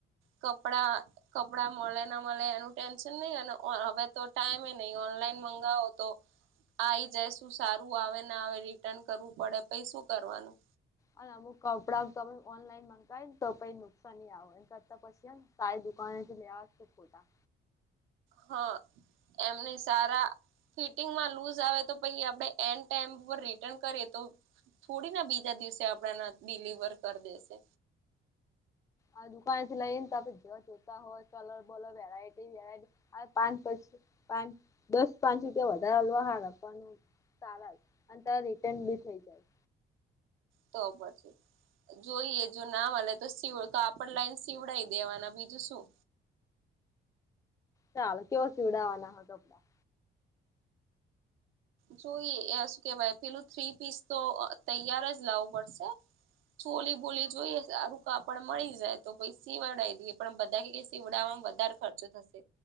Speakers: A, on the right; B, on the left.
A: કપડા કપડા મળે ના મળે એનું ટેન્શન નહી અને હવે તો ટાઈમે નહીિ ઓનલાઈન મંગાવો તો આવી જાય શું સારું આવે ને આવે રિટર્ન કરવું પડે પછ શું કરવાનું.
B: અને અમુક કપડા તમે ઓનલાઈન મગાવયને તો પણ સની આવ કરતા પછીને સાઈ દુકાાનથી લત કે ખોટા
A: હા એમની સારા ફિટિંગમાં લુઝ આવે તો પછ આપણે એન્ડ ટાઈમ રિટર્ન કરીએ તો થોડી ના બીજા દિવસે આપડાને ડડીલિવર કરી દેશે.
B: આ દુકાન થી લઈ ને તો આપડે જ જોતા હોય કલર બોલર વેરાયટી પાંચ પી પાંચ દસ પાંચ રૂપિયા વધારે લોહાાર આપવાનું. સારા જ અને ત રિટર્ન બી થઇ જાય.
A: તો પ છે. જોઈએ જો ના મળે તો કાપડ લાઈને સીવડઈ દેવાના બીજું શું.
B: ચાલો કેવો સીવડાવવાના હો કપડાં
A: જોઈએ એ શું કેવાય પેલું થ્રી પીસ તો તૈયાર જ લાવું પડશે. ચોલી બોલી જોઈએ આ રુંકા પણ મળી જાય તો પછ સવાડાવ દઈએ પણ બધા પીવડામાં વધારે ખર્ચો થશે.